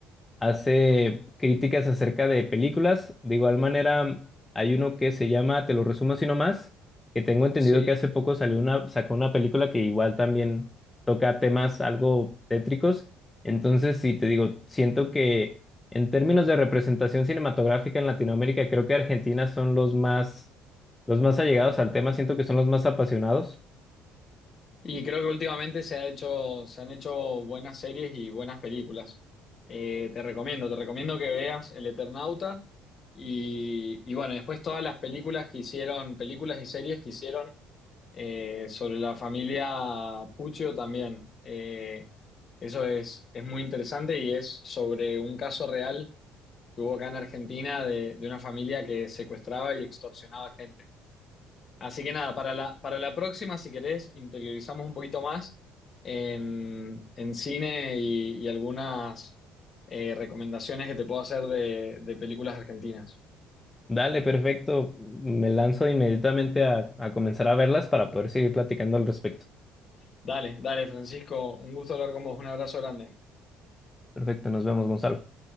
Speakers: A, on the left; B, on the left.
A: hace críticas acerca de películas. De igual manera, hay uno que se llama, te lo resumo así nomás, que tengo entendido
B: sí.
A: que hace poco salió una, sacó una película que igual también toca temas algo tétricos. Entonces, sí, te digo, siento que en términos de representación cinematográfica en Latinoamérica, creo que Argentina son los más, los más allegados al tema, siento que son los más apasionados.
B: Y creo que últimamente se ha hecho, se han hecho buenas series y buenas películas. Eh, te recomiendo, te recomiendo que veas El Eternauta y, y bueno, después todas las películas que hicieron, películas y series que hicieron Eh, sobre la familia Puccio también. Eh, eso es, es muy interesante y es sobre un caso real que hubo acá en Argentina de, de una familia que secuestraba y extorsionaba gente. Así que nada, para la, para la próxima, si querés, interiorizamos un poquito más en, en cine y, y algunas eh, recomendaciones que te puedo hacer de, de películas argentinas.
A: Dale, perfecto. Me lanzo inmediatamente a, a comenzar a verlas para poder seguir platicando al respecto.
B: Dale, dale, Francisco, un gusto hablar con vos, un abrazo grande.
A: Perfecto, nos vemos, Gonzalo.